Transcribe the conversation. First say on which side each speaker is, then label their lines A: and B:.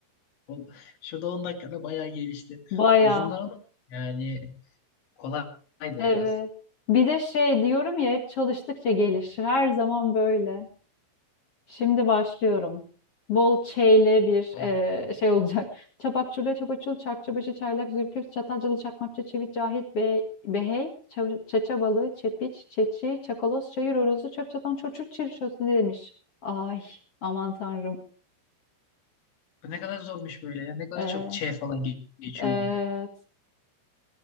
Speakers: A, on the left; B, on the left.
A: O, şurada 10 dakikada bayağı gelişti.
B: Bayağı.
A: Uzunlar ama yani kolaydı
B: Evet.
A: biraz.
B: Bir de şey diyorum ya hep çalıştıkça gelişir. Her zaman böyle. Şimdi başlıyorum. Bol çeyli bir
A: Olur.
B: eee, şey olacak. <laughs> Çapak çurla çapaçul çakçıbaşı çaylak zülküf çatalcılı çakmakçı çivit cahit be, behey ça- çaça balığı çepiç çeçi çakaloz çayır horozu çöp çatan çocuk çirşosu demiş. Ay aman tanrım.
A: Bu ne kadar zormuş böyle ya. Ne kadar
B: Ee,
A: çok ç falan ge- geçiyor
B: evet
A: bunda.